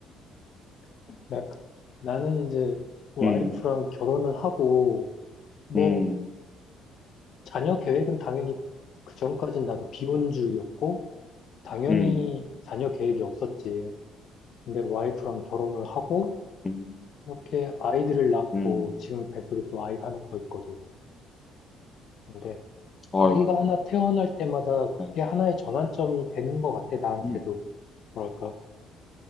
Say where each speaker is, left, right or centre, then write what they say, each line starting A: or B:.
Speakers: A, on the left; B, on the left.
A: <laughs> 나, 그- 나는 이제 와이프랑
B: 음.
A: 결혼을 하고, 뭐,
B: 음.
A: 자녀 계획은 당연히 그 전까진 나도 비혼주의였고, 당연히
B: 음.
A: 자녀 계획이 없었지. 근데 와이프랑 결혼을 하고,
B: 음.
A: 이렇게 아이들을 낳고,
B: 음.
A: 지금 뱃속에 또 아이가 하나 더 있거든. 근데
B: 아유.
A: 아이가 하나 태어날 때마다 그게
B: 어.
A: 하나의 전환점이 되는 것 같아, 나한테도.
B: 음.
A: 뭐랄까,